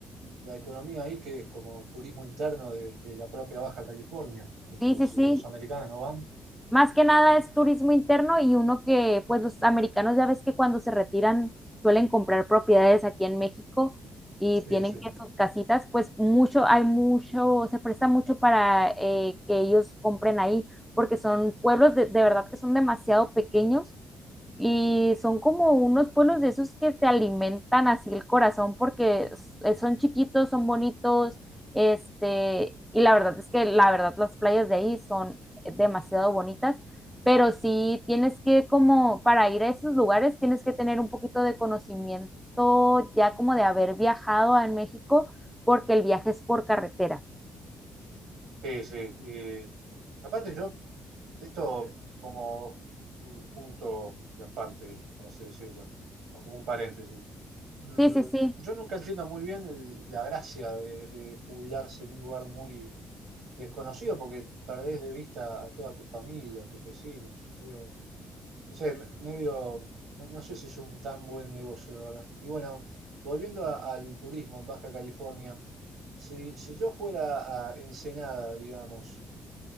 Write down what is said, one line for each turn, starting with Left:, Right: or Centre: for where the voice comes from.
Right: la economía ahí, que es como turismo interno de, de la propia Baja California, porque
Centre: Sí, sí,
Right: si
Centre: sí.
Right: los americanos no van,
Centre: Más que nada es turismo interno y uno que, pues los americanos ya ves que cuando se retiran suelen comprar propiedades aquí en México y
Right: sí,
Centre: tienen
Right: sí.
Centre: que sus casitas, pues mucho, hay mucho, se presta mucho para eh, que ellos compren ahí, porque son pueblos de, de verdad que son demasiado pequeños y son como unos pueblos de esos que te alimentan así el corazón porque s- eh, son chiquitos, son bonitos, este, y la verdad es que la verdad las playas de ahí son demasiado bonitas, pero sí tienes que como para ir a esos lugares tienes que tener un poquito de conocimiento ya como de haber viajado a México porque el viaje es por carretera.
Right: Sí, sí, eh, aparte yo, esto como un punto y aparte, por así decirlo, o como un paréntesis. Mm,
Centre: Sí, sí, sí.
Right: yo nunca entiendo muy bien el- la gracia de, de jubilarse en un lugar muy desconocido, porque perdés de vista a toda tu familia, a tus vecinos. Digo, No sé, me- medio, no, no sé si es un tan buen negocio, la verdad. Y bueno, volviendo a- al turismo en Baja California, si, si yo fuera a Ensenada, digamos,